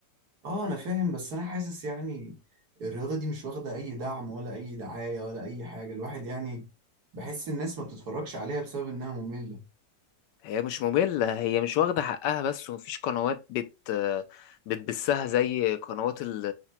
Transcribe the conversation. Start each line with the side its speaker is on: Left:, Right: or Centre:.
Right: اه انا فاهم بس انا حاسس يعني الرياضة دي مش واخدة اي دعم ولا اي دعاية ولا اي حاجة الواحد يعني بحس الناس ما بتتفرجش عليها بسبب انها مملة
Left: هي مش مملة هي مش واخدة حقها بس ومفيش قنوات بت بتبثها زي قنوات ال-